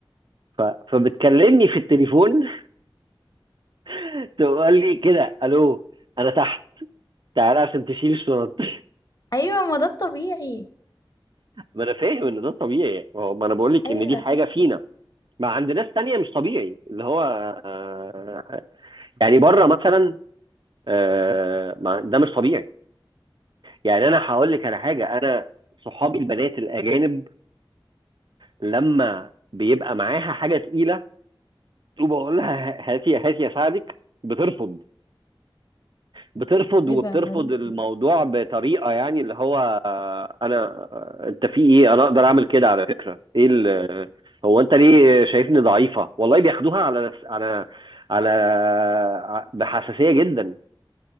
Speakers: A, on the right; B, on the left.
A: ف- فبتكلمني في التليفون <laughs> تقول لي كده الو انا تحت تعالى عشان تشيل الشنط <laughs>
B: ايوه ما ده الطبيعي
A: ما انا فاهم ان ده طبيعي ما هو- ما انا بقول لك
B: ايوه
A: ان دي حاجه فينا ما عند ناس تانية مش طبيعي اللي هو آه، يعني بره مثلا آه، ما- ده مش طبيعي يعني انا هقول لك على حاجه انا صحابي البنات الاجانب لما بيبقى معاها حاجه تقيله وبقول لها هاتي هاتي اساعدك بترفض بترفض
B: ايه
A: وبترفض
B: ده غريب
A: الموضوع بطريقه يعني اللي هو آه، انا آه، انت في ايه انا اقدر اعمل كده على فكره ايه ال- هو انت ليه شايفني ضعيفه والله بياخدوها على نفس على على ع- بحساسيه جدا